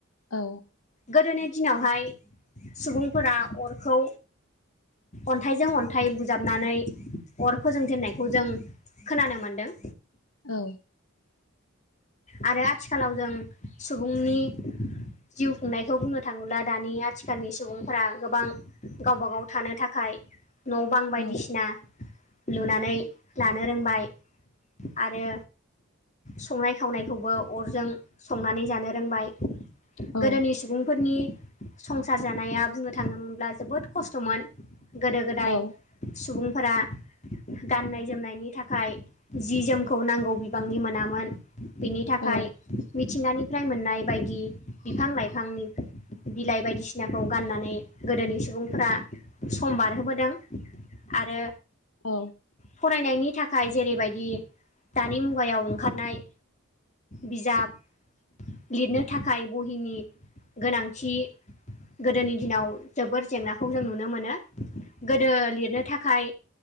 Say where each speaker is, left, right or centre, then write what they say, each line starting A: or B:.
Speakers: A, on the left; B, on the left.
A: औ
B: गोदोनि दिनावहाय सुबुंफोरा अरखौ अन्थाइजों अन्थाइ बु जाबनानै अर फोजोंजेननायखौ जों खोनानो मोनदों
A: औ
B: आरो आथिखालाव जों सुबुंनि जिउ खुंनायखौ बुंनो थाङोब्ला दानि आथिखालनि सुबुंफोरा गोबां गावबागाव थानो थाखाय न' बां बायदिसिना
A: औ
B: लुनानै लानो रोंबाय आरो संनाय थावनायखौबो अरजों संनानै जानो रोंबाय
A: औ
B: गोदोनि सुबुंफोरनि संसार जानाया बुंनो थाङोमोनब्ला जोबोद खस्थ'मोन गोदो गोदाय
A: औ
B: सुबुंफोरा गाननाय जोमनायनि थाखाय जि जोमखौ नांगौ बिबांनि मोनामोन। बिनि थाखाय
A: औ
B: मिथिंगानिफ्राय मोननाय बायदि बिफां- लाइफांनि बिलाइ बायदिसिनाखौ गाननानै गोदोनि सुबुंफोरा सम बारहोबोदों आरो
A: औ
B: फरायनायनि थाखाय जेरैबायदि दानि मुगायाव ओंखारनाय बिजाब लिरनो थाखाय बहिनि गोनांथि गोदोनि दिनाव जोबोर जेंनाखौ जों नुनो मोनो गोदो लिरनो थाखाय